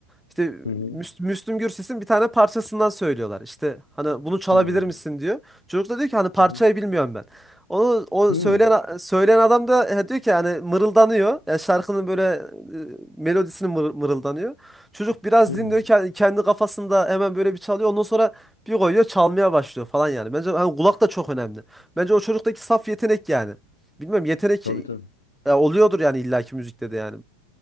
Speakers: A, in the centre; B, on the left.
A: İşte
B: hı
A: Müs- Müslüm Gürses'in bir tane parçasından söylüyorlar. İşte hani bunu çalabilir
B: hı hı
A: misin diyor. Çocuk da diyor ki hani parçayı
B: hı hı.
A: bilmiyorum ben. Onu o
B: Hı.
A: söyleyen söyleyen adam da e, diyor ki hani mırıldanıyor. Yani şarkının böyle e, melodisini mır- mırıldanıyor. Çocuk biraz
B: Hı.
A: dinliyor ke- kendi kafasında hemen böyle bir çalıyor. Ondan sonra bir koyuyor çalmaya başlıyor falan yani. Bence hani kulak da çok önemli. Bence o çocuktaki saf yetenek yani. Bilmiyorum yetenek
B: Tabii tabii.
A: ya oluyordur yani illaki müzikte de yani.